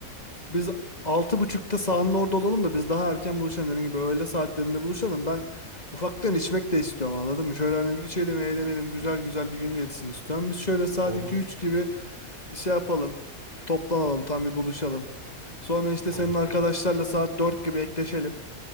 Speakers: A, on the left (about 30°); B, on the right (about 30°).
A: Biz altı buçukta sahanın orada olalım da biz daha erken buluşalım dediğim gibi öğle saatlerinde buluşalım. Ben ufaktan içmek de istiyorum anladın mı? Şöyle hani içelim eğlenelim güzel güzel bir gün geçsin istiyorum. Biz şöyle saat
B: Olur
A: iki
B: olur.
A: üç gibi şey yapalım toplanalım tam bir buluşalım. Sonra işte
B: Tamamdır.
A: senin arkadaşlarla saat 4 gibi ekleşelim.